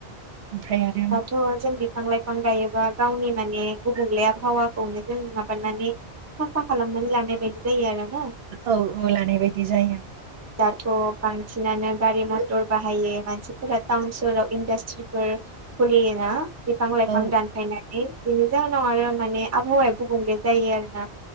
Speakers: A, on the right; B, on the right.
A: ओमफ्राय आरो
B: दाथ जों बिफां लाइफां गायोबा गावनि माने गुबुंले आबहावाखौनो जों माबानानै। साफा खालामनानै लानाय बायदि जायो आरो
A: औ औ लानाय बायदि जायो ओं
B: थ बांसिनानो गारि मथर बाहायो मानसिफोरा टाउन सहराव इन्डास्ट्रिफोर खुलियो ना बिफां लाइफां
A: औ
B: दानफायनानै बेनि जाहनाव आरो माने आबहावाया गुबुंले जायो आरोना।